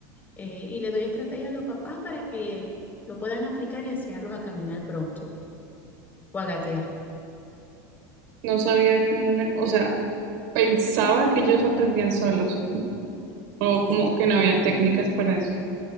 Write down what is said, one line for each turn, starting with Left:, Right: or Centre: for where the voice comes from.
Left: eh, y le doy estrategias a los papás para que lo puedan aplicar y enseñarlos a caminar pronto o a gatear.
Right: No sabía que uno le, o sea, pensaba que ellos aprendían solos, o
Left: Sí,
Right: como que no habían técnicas para eso.